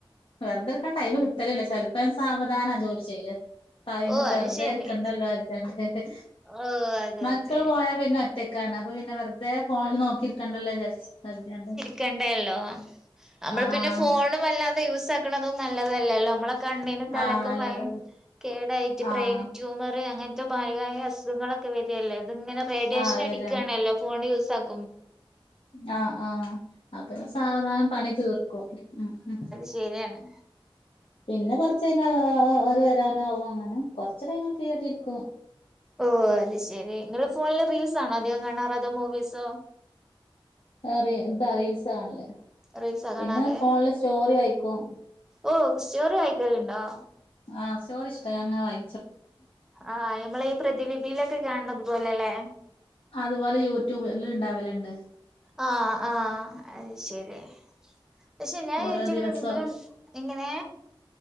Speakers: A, on the left; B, in the centre.
A: വെർതെരിക്കാൻ ടൈമ് കിട്ടലില്ലാ ചെൽ പ്പ ഞാ സാവധാനാ ജോലി ചെയ്യല് ടൈമ്
B: ഓഹ്
A: വെറുതെ
B: അത് ശരി
A: ഇരിക്കണ്ടല്ലോര്ത്യാണ്ട്.
B: ഓഹ് അതെ
A: മക്കള്
B: അതെ
A: പോയാ പിന്നെ ഒറ്റക്കാണ് അപ്പൊ പിന്നെ വെർതെ ഫോണില് നോക്കിയിരിക്കണ്ടല്ലോചാരിച് കെര്ത്യാണ്ട്.
B: ക്കണ്ടല്ലോ നമ്മള് പിന്നെ
A: ആഹ്
B: ഫോണ് വല്ലാതെ യൂസാക്ക്ണതും നല്ലതല്ലല്ലോ മ്മളെ കണ്ണിനും തലക്കും
A: ആഹ് നല്ലതല്ല
B: ഭയ കേടായിട്ട് ബ്രെയിന്
A: ആഹ്
B: ട്യൂമറ് അങ്ങനത്തെ ഭായകായ അസുഖങ്ങളൊക്കെ വരല്ലേ ത്ങ്ങനെ റേഡിയേഷൻ
A: ആഹ് വരാണ്
B: അടിക്കാണല്ലോ ഫോണ് യൂസാക്കു
A: ആഹ് ആഹാ അപ്പൊ സാവധാനം പണി തീർക്കും ഉം, ഉം.
B: ശെരിയാണ്.
A: പിന്നെ കൊറച്ച് കയ്ഞ്ഞാ ഓ ഓ ഓര് വരാനാവും അങ്ങനെ കൊറച്ച് ടൈമ് ഫ്രീ ആയിട്ടിരിക്കും.
B: ഓഹ് അത് ശെരി. ഇങ്ങള് ഫോണില് റീൽസാണോ അധികം കാണാറ് അതോ മൂവീ സൊ?
A: ഏഹ് റി ഇതാ റീൽസാ കാണല്.
B: റീൽസാ
A: പിന്നെ
B: കാണാറ്
A: ഫോണിലെ സ്റ്റോറി വായിക്കും.
B: ഓഹ് സ്റ്റോറി വായിക്കല്ണ്ടോ?
A: ആഹ് സ്റ്റോറി ഇഷ്ടാ. ഞാന്ങ്ങനെ വായി
B: ആഹ് ഞമ്മളെ ഈ പ്രതിലിപിലൊക്കെ കാണ് ണത് പോലെ ല്ലേ.
A: അതുപോലെ യൂട്യൂബ് ല് ഇണ്ടാവല്ണ്ട്.
B: ആഹ്, ആഹ് അഹ് ശെരി. പക്ഷെ ഞാൻ
A: ഓരോ
B: യൂറ്റൂബിലും
A: ദിവസം
B: ഇതിലും എങ്ങനെ?